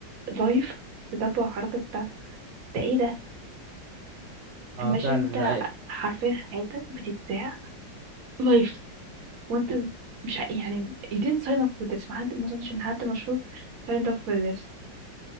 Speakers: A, on the right; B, on the right.
A: لايف تتبع الحركات بتاعته ده ايه ده؟
B: اه
A: imagine
B: آه، فعلا
A: انت حرفيا حياتك بتتذاع لايف وانت مش ع- يعني you didn't sign up for this ما حد ما اظنش ان حد مشهور signed up for this